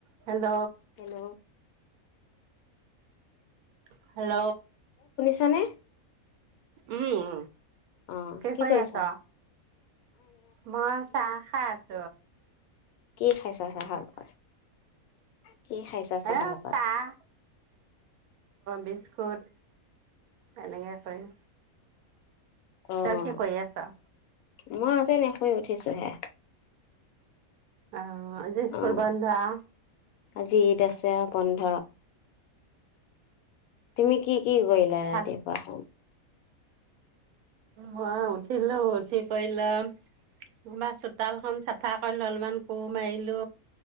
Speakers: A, on the right; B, on the left.
A: <inaudible> Hello.
B: Hello
A: <inaudible> hello.
B: ছানে।
A: উম।
B: অ' কি
A: কৰি
B: কইছা।
A: আছ মই চাহ খাই আ দ।
B: কি খাইছা চাহ লগত -কি খাইছা চাহ
A: এ
B: লগত।
A: চাহ বিস্কুট এনেকে কৰি
B: অ'
A: তই কি কৰি আছ?
B: মই <unintelligible> শুই উঠিছো হে।
A: অ'। অ', আজি ইস্কুল
B: অ'
A: বন্ধ আ
B: <unintelligible> ঈদ আছে বন্ধ। তুমি কি কি কৰিলা?
A: ভাত
B: ৰাতিপুৱা <unintelligible>
A: মই উঠিলো উঠি কৰি লৈ অলপমান চোতালখন চাফা কৰিলো, অলপমান কোৰ মাৰিলো।